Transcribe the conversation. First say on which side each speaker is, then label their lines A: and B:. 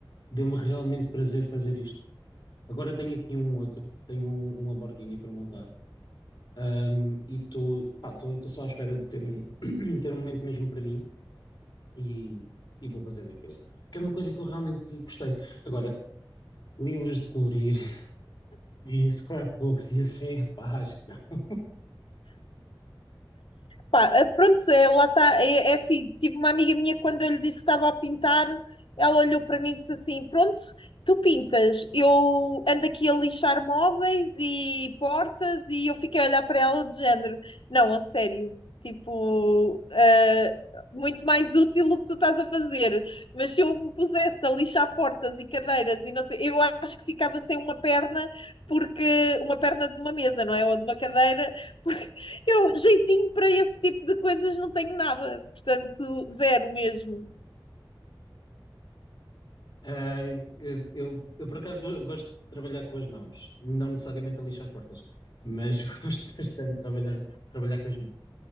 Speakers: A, on the left; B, on the left.
A: Deu-me realmente prazer fazer isto. Agora tenho aqui um outro, tenho um, um Lamborghini para montar. Ahm, e estou, pá, estou só à espera de ter um, <clears throat> ter um momento mesmo para mim e, e vou fazendo aquilo. Porque é uma coisa que eu realmente gostei. Agora, livros de colorir <laughs> e scrapbooks e assim, pá, acho que não.
B: Pá, eh, pronto, é, lá está. É, é assim, tive uma amiga minha que quando eu lhe disse que estava a pintar, ela olhou para mim e disse assim: Pronto, tu pintas, eu ando aqui a lixar móveis e portas, e eu fiquei a olhar para ela de género: Não, a sério, tipo, eh, muito mais útil o que tu estás a fazer. Mas se eu me pusesse a lixar portas e cadeiras e não sei, eu acho que ficava sem uma perna, porque uma perna de uma mesa, não é? Ou de uma cadeira <laughs> Eu, jeitinho para esse tipo de coisas, não tenho nada. Portanto, zero mesmo.
A: Ah, eu, eu, eu, por acaso go- gosto de trabalhar com as mãos, não necessariamente a lixar portas, mas <laughs> gosto bastante de trabalhar, trabalhar com as mãos.